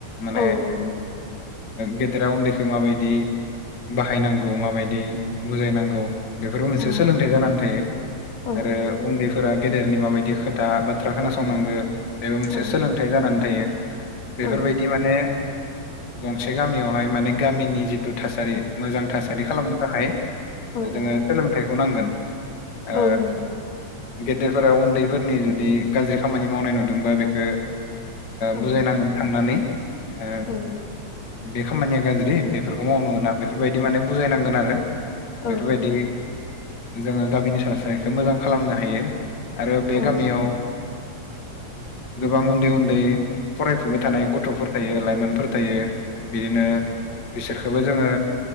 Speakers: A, on the left; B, on the left.
A: माने
B: औ औ नंगौ
A: गेदेरा उन्दैखौ मा बादि बाहायनांगौ माबायदि बुजायनांगौ बेफोरबो मोनसे
B: औ
A: सोलोंथाइ जानानै थायो
B: औ
A: आरो उन्दै। फोर गेदेरनि माबायदि खोथा बाथ्रा खोनासंनांगो बेबो मोनसे
B: औ
A: सोंलोंथाय। फोथाय जानानै थायो बेफोरबादि
B: औ
A: बिदि माने गंसे गामियावहाय माने गामिनि जिथु थासारि मोजां थासारि खालामनो थाखाय
B: औ
A: जोङो सोलोंथाइखौ नांगोन। ओ
B: औ नंगौ
A: गेदेरफोरा उन्दैफोरनि जुदि गाज्रि खामानि मावनाय नुदोंबा बेखौ
B: औ
A: बुजायनांगोन
B: औ औ
A: थांनानै ओ
B: औ औ
A: बे खामानिया गाज्रि बेफोरखौ मावनो मोना बेफोरबादि माने बुजायनांगोन आरो
B: औ
A: बेफोरबादि
B: औ औ
A: जोङो गामिनि सा सारिखौ मोजां खालामनो हायो। आरो बे
B: उम उम
A: गामियाव गोबां उन्दै उन्दै फरायफुबाय थानाय गथ' थायो लाइमोनफोर थायो बिदिनो बिसोरखौबो जोङो।